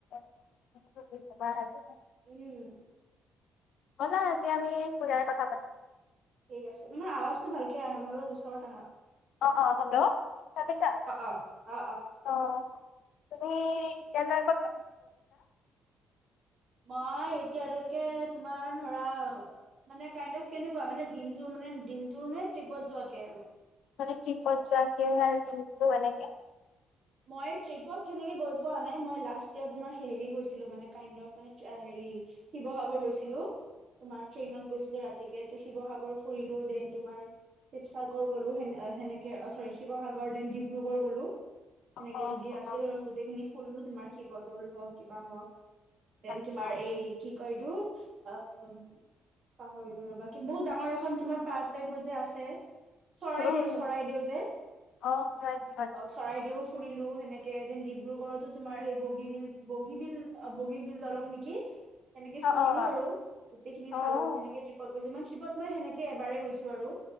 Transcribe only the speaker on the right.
উম।
ঠিক আছে। তোমাৰ আৱাজটো ভালকে আহা নাই, অলপ ওচৰত
অ অ অ
অ এতিয়ালৈকে তোমাৰ ধৰা মানে, কাইণ্ড অফ কেনেকুৱা? মানে দিনতো মানে দি দিনটোৰ নে ট্ৰিপত যোৱাকে আৰু?
মই ট্ৰিপত সেনেকে গৈ পোৱা নাই। মই লাষ্ট ইয়াৰ তোমাৰ হেৰি গৈছিলো মানে, কাইণ্ড অফ মানে ট্ৰে হেৰি হেৰি শিৱসাগৰ গৈছিলো। তোমাৰ ট্ৰেইনত গৈছিলো ৰাতিকে। তো শিৱসাগৰ ফুৰিলো, দেন তোমাৰ শিৱসাগৰ গ'লো সেন সেনেকে অ' চৰি শিৱসাগৰ দেন ডিব্ৰুগড় গ'লো। সেনেকে
দুদিন আছিলোঁ আৰু গোটেইখিনি ফুৰিলোঁ তোমাৰ শিৱদৌল হওঁক, কিবা হওঁক। দেন
তোমাৰ এই কি কয় এইটো অ' উম পাহৰিলোঁ ৰ'বা কি বহুত ডাঙৰ এখন তোমাৰ পাৰ্ক টাইপৰ যে আছে। চৰাইদেউ,
চৰাইদেউ যে
অ' চৰাইদেউ ফুৰিলোঁ সেনেকে দেন ডিব্ৰুগড়তো তোমাৰ সেই বগীবিল, বগীবিল অ' বগীবিল দলং নেকি সেনেকে
ফুৰিলোঁ
আৰু গোটেই খিনি চালোঁ।
সেনেকে ট্ৰিপত গৈছোঁ ইমান ট্ৰিপত মই সেনেকে এবাৰে গৈছোঁ আৰু